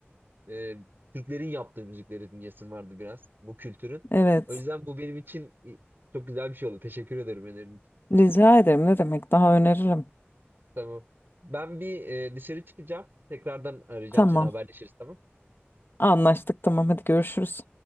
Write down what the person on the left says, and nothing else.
<laughs> Evet.
Rica ederim ne demek daha öneririm.
Tamam
anlaştık tamam hadi görüşürüz.